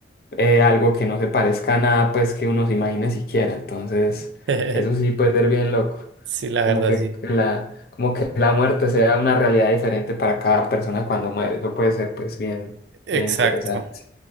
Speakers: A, on the left; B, on the right.
A: eh, algo que no se parezca a nada, pues que uno se imagine siquiera. Entonces,
B: <laughs>
A: eso sí puede ser bien loco.
B: Sí, la verdad,
A: Como que
B: sí.
A: la, como que la muerte sea una realidad diferente para cada persona cuando muere. Eso puede ser, pues, bien,
B: Exacto.
A: bien interesante.